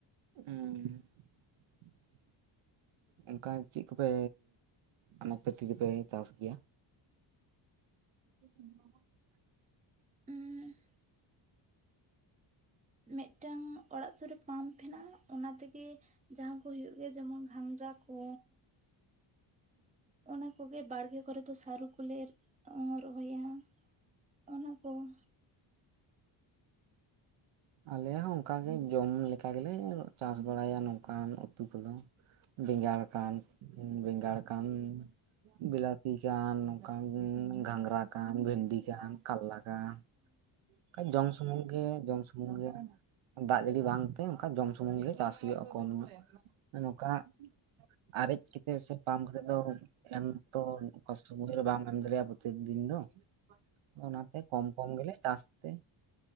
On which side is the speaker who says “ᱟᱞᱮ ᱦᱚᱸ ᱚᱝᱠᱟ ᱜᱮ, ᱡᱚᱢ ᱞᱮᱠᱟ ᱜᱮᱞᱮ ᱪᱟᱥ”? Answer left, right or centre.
Right